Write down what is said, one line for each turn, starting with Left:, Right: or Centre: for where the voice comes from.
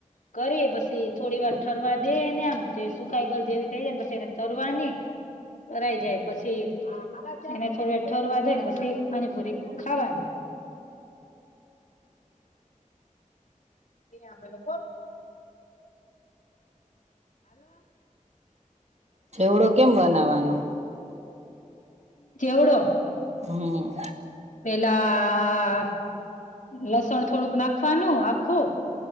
Left: કરી પછી થોડી વાર ઠરવા દે એને આમ, જે સુકાઈ ગલ જેવી થઈ જાય ને પછી એને તરવાની તરાય જાય પછી એને થોડી વા ઠરવા દે ને પસી પાનીપુરી ખાવાની. હા, હેલો
Right: છેવડો કેમ બનાવવાનો?
Left: ચેવડો?
Right: હમ
Left: પેલા લસણ થોડુંક નાખવાનું આખું.